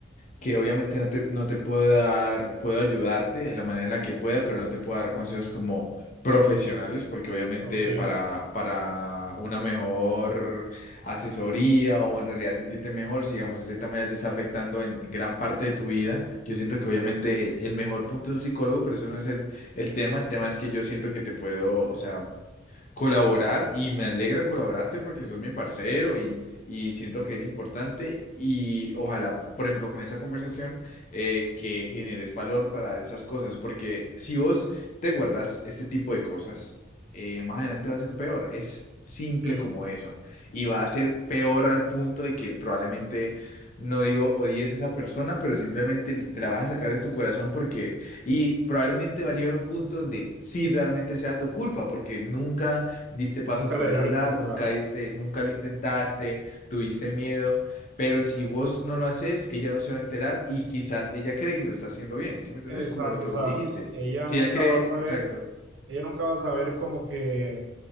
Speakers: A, on the left; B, on the right.
A: que obviamente no te, no te puedo dar, puedo ayudarte de la manera en la que pueda, pero no te puedo dar consejos como profesionales, porque obviamente
B: Ok,
A: para, para una mejor asesoría o en realidad sentirte mejor, si digamos ese tema ya te está afectando en gran parte de tu vida, yo siento que obviamente el mejor punto es un psicólogo, pero eso no es el, el tema, el tema es que yo siento que te puedo, o sea, colaborar y me alegra colaborarte porque sos mi parcero y, y siento que es importante y ojalá, por ejemplo, con esa conversación eh, que generes valor para esas cosas, porque si vos te guardas este tipo de cosas, eh, más adelante va a ser peor, es simple
B: sí,
A: como eso y va
B: sí.
A: a ser peor al punto de que probablemente, no digo odies a esa persona, pero simplemente te la vas a sacar de tu corazón porque... Y probablemente va a llegar un punto donde sí realmente sea tu culpa, porque nunca diste paso
B: Nunca
A: a poder
B: le dijiste,
A: hablar,
B: claro.
A: nunca diste, nunca lo intentaste, tuviste miedo, pero si vos no lo haces, ella no se va a enterar y quizás ella cree que lo está haciendo bien, ¿sí me entendés?
B: Exacto,
A: Como lo que
B: o sea,
A: vos dijiste.
B: ella
A: Si
B: nunca
A: ella cree,
B: va a saber,
A: exacto.
B: ella nunca va a saber como que